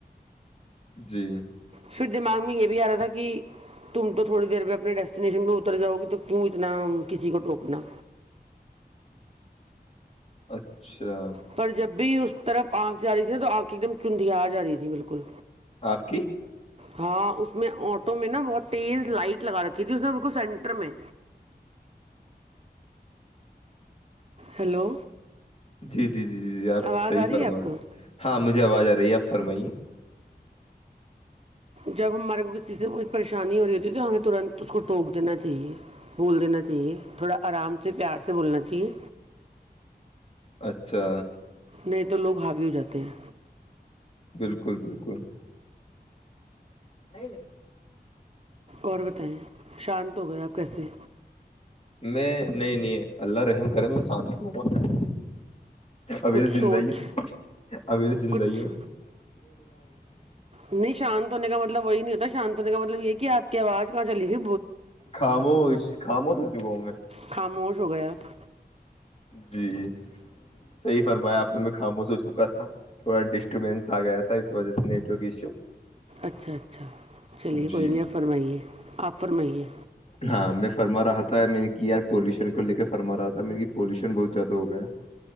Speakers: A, on the left; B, on the right.
A: جی <inaudible>
B: پھر دماغ میں یہ بھی آ رہا تھا کہ تم تو تھوڑی دیر میں اپنے ڈیسٹینیشن پہ اتر جاؤ گی تو کیوں اتنا کسی کو ٹوکنا
A: اچھا
B: پر جب بھی اس طرف آنکھ جا رہی تھی ن تو آنکھ ایک دم چندھییا جا رہی تھی بالکل
A: آپ کی
B: ہاں اس میں آٹو میں نا بہت تیز لائٹ لگا رکھی تھی اس نے بالک سینٹر میں ہیلو
A: جی جی جی جی جی آپ
B: آواز
A: صحیح
B: آ رہی
A: فرما
B: ہے آپ کو
A: ہاں مجھے آواز آ رہی ہے آپ فرمائیے
B: جب ہمارے کو کسی سے کوئی پریشانی ہو رہی ہے کیونکہ ہمیں تھوڑا اس کو ٹوک دینا چاہیے بول دینا چاہیے تھوڑا ارام سے پیار سے بولنا چاہیے
A: اچھا
B: نہیں تو لوگ حاوی ہو جاتے ہیں
A: بالکل بالکل نہیںئیل
B: اور بتائیں شانت ہو گئے آپ کیسے
A: میں نہیں نہیں اللہ رحم کرے میں شانتی ہوں ابھی
B: کچھ
A: تو زندہ
B: سوچ
A: ہی ہو ابھی تو زندہ
B: کچھ
A: ہی ہو بو <unintelligible>
B: نہیں شانت ہونے کا مطلب وہی نہیں ہوتا شانت ہونے کا مطلب یہ کہ آپ کیا آواز کہاں چ رہ تی
A: خاموش خاموش ہو چکا ہوں میں
B: خاموش ہو گئے آپ
A: جی صحیح فرمایا آپ نے میں خاموش ہو چکا تھا تھوڑا ڈسٹربینس آ گیا تھا اس وجہ سے نیٹورک ایشو
B: اچھا اچھا چلیے
A: جی
B: کوئی نہیں آ فرمائیے آ فرمائیے
A: ہاں میں فرما رہا تھا میں نے کہ یار پولوشن کو لے کے فرما رہا تھا م پولوشن بہت زیادہ ہو گیا ہے